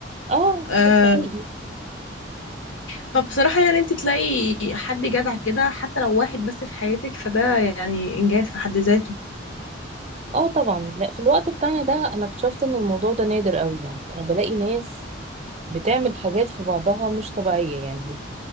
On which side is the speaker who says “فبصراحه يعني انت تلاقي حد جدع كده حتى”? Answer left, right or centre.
Left